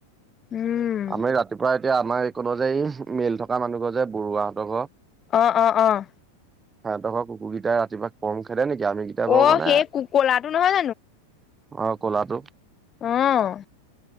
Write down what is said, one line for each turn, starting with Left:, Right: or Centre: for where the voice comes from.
Left: উম
Right: আমি ৰাতিপুৱা এতিয়া আমাৰ এই কনৰ যে এই মিল থকা মানুহ ঘৰ যে বৰুৱাহঁতৰ ঘৰ
Left: অ' অঁ 'অঁ'
Right: সাহতৰ ঘৰ কুকুৰ কেইটা ৰাটিপুৱা কম খেদে নেকি? আমি কেইটা বাউ
Left: অ
Right: মানে
Left: সেই কু কলাটো নহয়
Right: অ'কলাটো
Left: হ'ম